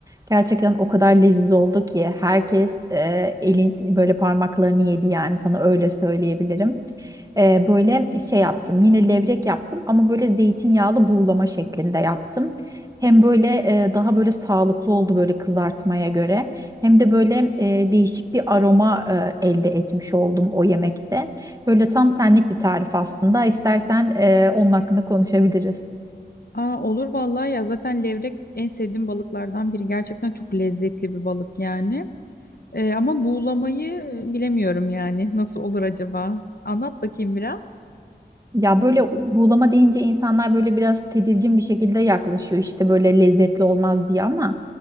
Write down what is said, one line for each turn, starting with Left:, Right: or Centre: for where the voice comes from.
Right: Gerçekten o kadar leziz oldu ki herkes e, elin böyle parmaklarını yedi yani sana öyle söyleyebilirim. E, böyle şey yaptım yine levrek yaptım ama böyle zeytinyağlı buğulama şeklinde yaptım. Hem böyle e, daha böyle sağlıklı oldu böyle kızartmaya göre hem de böyle e, değişik bir aroma e, elde etmiş oldum o yemekte. Böyle tam senlik bir tarif aslında. İstersen e, onun hakkında konuşabiliriz.
Left: Aa, olur vallahi ya zaten levrek en sevdiğim balıklardan biri. Gerçekten çok lezzetli bir balık yani. Ee, ama buğulamayı e, bilemiyorum yani. Nasıl olur acaba? Anlat bakayım biraz.
Right: Ya böyle buğulama deyince insanlar böyle biraz tedirgin bir şekilde yaklaşıyor işte böyle lezzetli olmaz diye ama